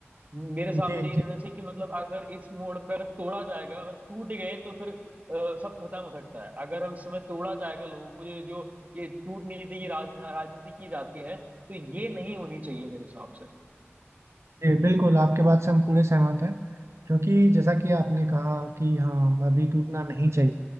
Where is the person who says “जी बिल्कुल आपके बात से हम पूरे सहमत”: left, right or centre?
Right